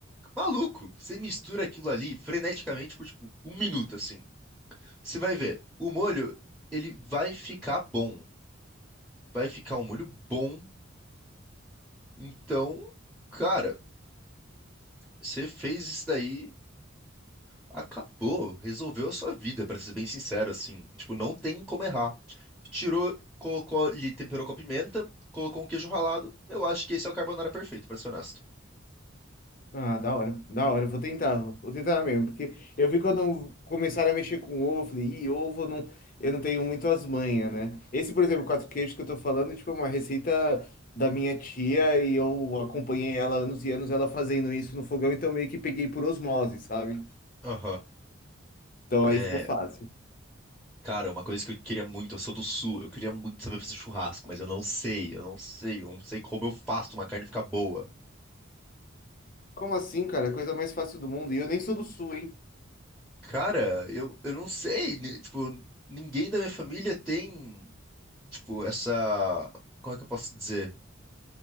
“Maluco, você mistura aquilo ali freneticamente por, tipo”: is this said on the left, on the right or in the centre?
Centre